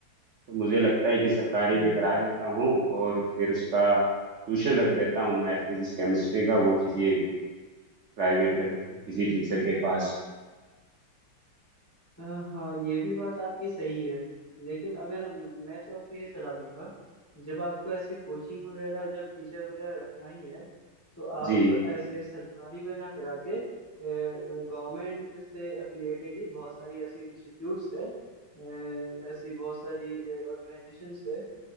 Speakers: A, on the right (about 80°); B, on the left (about 25°).
A: तो मुझे लगता है कि सरकारी
B: हाँ
A: में करा देता हूँ और फिर उसका ट्यूशन रख देता हूँ मैथ फिजिक्स केमिस्ट्री का वो किसी एक प्राइवेट किसी टीचर के पास
B: अ, हाँ ये भी बात आपकी सही है लेकिन अगर मैं तो आपको ये सलाह दूंगा जब आपको ऐसे कोचिंग वगैरह जब टीचर वगैरह रखना ही है तो आप
A: जी
B: ऐसे सरकारी में ना करा के गवर्नमेंट से एफिलिएटेड ही बहुत सारी ऐसी इंस्टीट्यूट्स है अ, ऐसी बहुत सारी ऑर्गेनाइजेशंस है